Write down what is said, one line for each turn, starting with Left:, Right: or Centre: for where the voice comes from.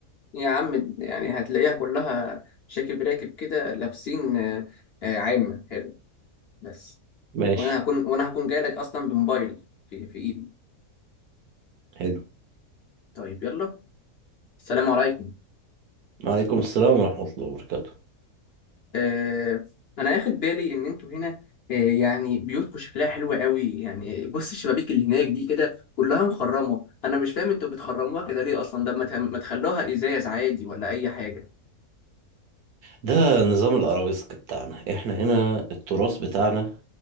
Left: يا عم يعني هتلاقيها كلها شاكب راكب كده لابسين آه آه عامة حلو بس
Right: ماشي
Left: وأنا هكون وأنا هكون جاي لك أصلا بموبايل في في إيدي
Right: حلو
Left: طيب يلا السلام عليكم
Right: وعليكم السلام ورحمة الله وبركاته
Left: آه، انا اخد بالي ان انتوا هنا آه، يعني بيوتكم شكلها حلو قوي يعني بص الشبابيك اللي هناك دي كده كلها مخرمه انا مش فاهم انتوا بتخرموها كده ليه اصلا ده ما تهم- ما تخلوها ازاز عادي ولا اي حاجه
Right: ده نظام الأرابيسك بتاعنا احنا هنا التراث بتاعنا